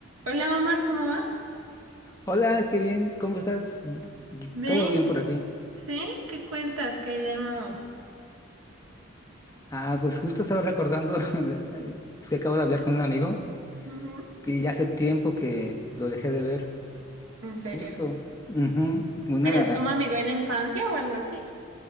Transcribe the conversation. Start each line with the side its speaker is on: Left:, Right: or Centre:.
Right: Hola Omar, ¿cómo vas?
Left: Hola, qué bien, ¿cómo estás? Yo-
Right: ¿Ven?
Left: Todo bien por aquí.
Right: ¿Sí? ¿Qué cuentas? ¿Qué hay de nuevo?
Left: Ah, pues justo estaba recordando, <laughs> de- eh, es que acabo de hablar con un amigo
Right: Ujú.
Left: que ya hace tiempo que lo dejé de ver,
Right: ¿En serio?
Left: justo. ujú, Una,
Right: ¿Eres como amigo de la infancia o algo así?